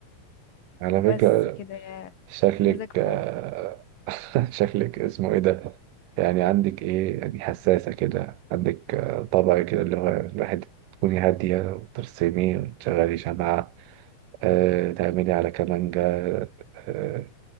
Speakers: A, on the right; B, on the left.
A: على
B: وبس
A: فكرة
B: كده يا
A: شكلك
B: مزاج فوق
A: آه، <laughs> شكلك اسمه ايه ده يعني عندك ايه يعني حساسة كده عندك آه، طبع كده اللي هو الواحد تكوني هادية وترسمي وتشغلي شمعة أه تعملي على كمانجا أه